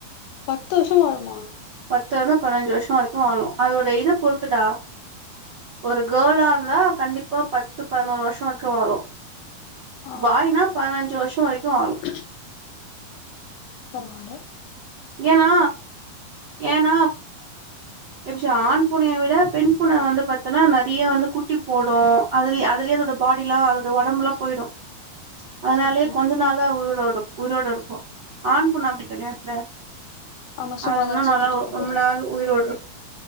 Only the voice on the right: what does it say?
பத்துல இருந்து பதினஞ்சு வருஷசோ வரைக்கு வாழு அதோட இத பொறுத்துடா ஒரு கேர்ளா இருந்தா கண்டிப்பா பத்து பதினோரு வருஷோ வரைக்கு வாழு
பாயினா பதினஞ்சு வருஷோ வரைக்கு வாழு
ஏன்னா ஏன்னா எப்ப <unintelligible> ஆண் பூனைய விட பெண் பூனை வந்து பாத்தன்னா நறைய வந்து குட்டி போடு அதுலே அதுலயே அதோட பாடி எல்லா அதோட ஒடம்பு எல்லா போயிடு அதனாலேயே
கொஞ்சு நாள்தா உயிரோடு உயிரோடு இருக்கு ஆண் பூனை அப்படி கெடையாதுல
அதுனா
நல்லா
ரொம்ப
நாள் உயிரோட இருக்கு